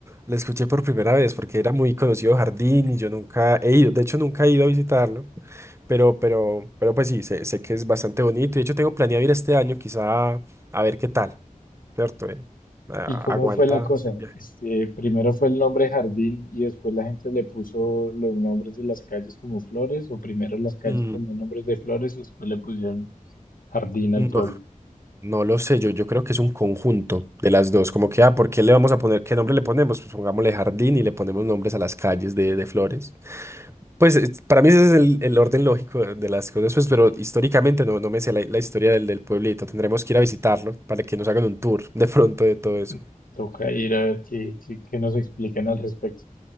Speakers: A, on the right; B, on the left.
A: lo escuché por primera vez, porque era muy conocido Jardín y yo nunca he ido, de hecho nunca he ido a visitarlo. Pero, pero, pero pues sí, sé, sé que es bastante bonito. De hecho, tengo planeado ir este año, quizá a ver qué tal, ¿cierto? Eh, a-
B: ¿Y cómo
A: aguanta
B: fue la cosa?
A: el viaje.
B: Este, primero fue el nombre jardín y después la gente le puso los nombres de las calles como flores, o primero las calles
A: Mm,
B: tenían nombres de flores y después le pusieron jardín
A: no,
B: al pueblo.
A: no lo sé. Yo, yo creo que es un conjunto de las dos. Como que, ah, ¿por qué le vamos a poner? ¿Qué nombre le ponemos? Pues pongámosle jardín y le ponemos nombres a las calles de, de flores. Pues eh, para mí ese es el, el orden lógico de las cosas, pues, pero históricamente no, no me sé la, la historia del, del pueblito. Tendremos que ir a visitarlo para que nos hagan un tour de pronto de todo eso.
B: Mm, Toca ir a ver qué, qué- qué nos explican al respecto.